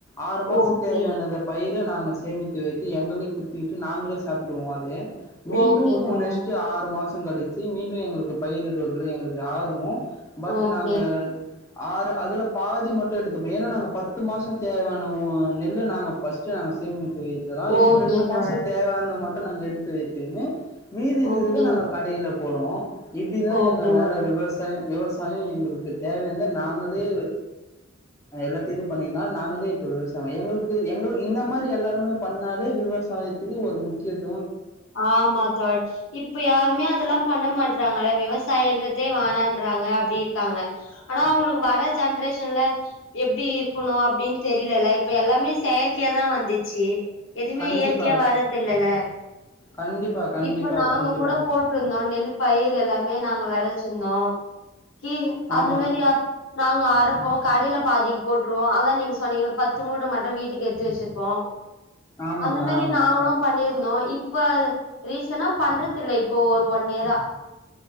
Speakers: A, on the left; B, on the left.
A: ஆறு மாச
B: ஓகே
A: தேவையானது பயிர் தா நாங்கச் சேமித்து வைத்து எங்கள குத்திவிட்டு நாங்களே சாப்பிடுவோ அது மீண்டு
B: ஓகே தோழர்
A: நெஸ்ட் ஆறு மாஷ் த் கெடைச்சி மீண்டு எங்களுக்கு பயிரிடுவதில் எங்களுக்கு ஆர்வோ பட்
B: ஓகே
A: நாங்க ஆறு அதுல பாதி மட்டு எடுத்துப்போ ஏன்னா நாங்க பத்து மாசோ தேவையான நெல்ல நாங்க பஸ்ட் நா சேமித்து வைத்ததா இன்னு
B: ஓகே
A: ரெண்டு
B: தோழர்
A: மாசம் தேவையான மட் நாங்க எடுத்து வைத்துகுனு மீதி இருகுத
B: ஓகே
A: நாங்க கடையில போடுவோ இப்பிடிதா
B: ஓகே
A: எங்க வேல
B: ஓகே
A: விவசா விவசாயம் எங்களுக்கு தேவையானந்த நாங்களே எல்லாத்திது பண்ணீன்னா நாங்களே இப்ப விவசா எங்களுக்கு எங்க இந்த மாரி எல்லாருமே பண்ணாலே விவசாயத்துக்கு ஒரு முக்கியத்
B: ஆமா தோ இப்ப யாருமே அதெல்லா பண்ண மாடறாங்கள விவசா சாயன்றதே வானான்றாங்க அப் இப்பிடி இருக்காங்க ஆனா அவங்களுக்கு வர ஜென்ரேஷன்ல எப்பிடி இருக்கணு அப்படின்னு தெரியல இல்ல இப்ப எல்லாமே செயற்கைய தா வந்திச்சி எதிமே
A: கண்டிப்பா
B: இயற்கையா வர்றது இல்லல
A: கண்டிப்பா கண்டிப்பா
B: இப்ப நாங்க
A: கண்டிப்பா
B: கூட போட்டுருந்தோ நெல் பயிர் எல்லாமே நாங்க விளச்சிருந்தோ கீ
A: ஆமா
B: அந்த மாரி நாங்க அரப்போ கடைல பாதிக்கு போட்டுருவோ அதா நீங்க சொன்னீங்க ஒரு பத்து மூட்ட மட்டு வீட்டுக்கு எத்து வெச்சிருப்போ
A: ஆமாங்க
B: அந்த மாரி
A: ஆமாங்க
B: நாங்களு பண்ணிருந்தோ இப் இப்ப அது ரீசனா பண்றது இல்ல இப்போ ஒரு ஒன் இயரா